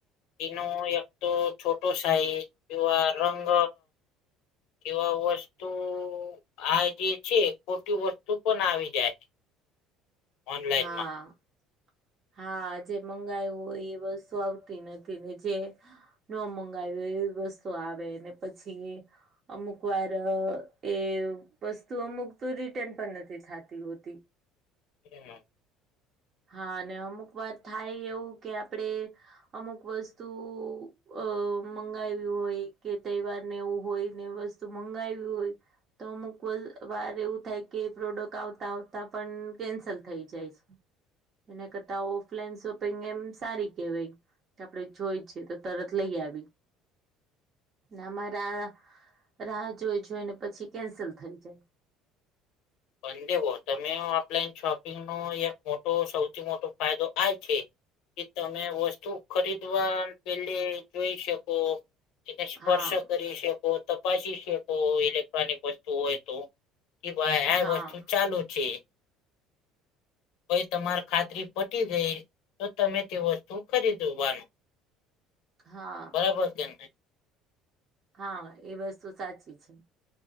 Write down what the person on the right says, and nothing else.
હા. હા જે મંગાયું હોય એ વસ્તુ આવતી નથી ને જે ન મંગાવ એવી વસ્તુ આવે ને પછી. અમુક વાર એ વસ્તુ અમુક તો રિટર્ન પણ નથી થતી હોતી.
હા અને અમુક વાર થાય એવું કે આપડે અમુક વસ્તુ અ મંગાવી હોય કે તહેવારને એવું હોય ને વસ મંગાવું હોય. તો અમુક વાર એવું થાય કે પ્રોડક્ટ આવતા આવતા પણ કેન્સલ થઈ જાય છે. એને કરતા ઓફલાઈન શોપિંગ એમ સારી કેવાય. આપડે જોઈ છેએ તો તરત લઈ આવી. આમાં રા રાહ જોઈ જોઈ ને પછી કેન્સલ થઈ જાય.
હા
હા
હા.
હા એ વસ્તુ સાચી છે